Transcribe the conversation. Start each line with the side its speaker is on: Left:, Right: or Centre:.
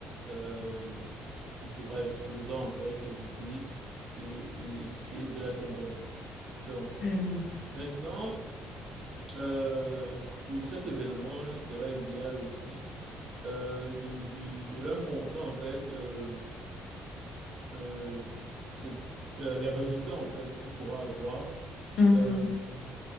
Right: euh, tu pourras exposer en fait tes idées et, et essayer de les convaincre. Donc,
Left: Oui, oui.
Right: maintenant, euh, pour cet événement, il serait idéal aussi euh, de, de, de leur montrer en fait euh, euh, c'est- euh, les résultats en fait qu'il pourra avoir
Left: Mhm.
Right: euh,